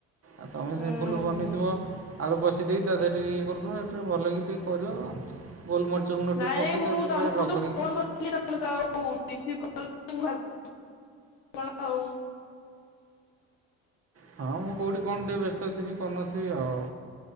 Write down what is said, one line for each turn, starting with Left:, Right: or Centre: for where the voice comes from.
Right: ଆଉ ତମେ
Left: ହୁଁ
Right: ସିମ୍ପୁଲ ବନେଇଥିବ।
Left: ହୁଁ।
Right: ଆଳୁ କଷିଦେଇ ତା ଦେହରେ ଇଏ କରିଥିବା, ଆଉ ଟିକେ ଭଲକି କରିବ। ଗୋଲମରିଚଗୁଣ୍ଡ
Left: ନାଇଁ
Right: ଟିକଏ ପକି
Left: ନାଇଁ ମୁଁ
Right: ତାକୁ ଟିକେ
Left: ତମକୁ
Right: ପୁରା ରଗଡ଼ିକି
Left: ତ ଫୋନ କରିଥିଲି ତମେ ତ ଆଉ ରିସିଭ କଲନି ମୁଁ ଭାବିଲି କଣ ଆଉ
Right: ହଁ ମୁଁ କୋଉଠି କଣ ବ୍ୟସ୍ଥ ଥିବି କରିନଥିବି ଆଉ।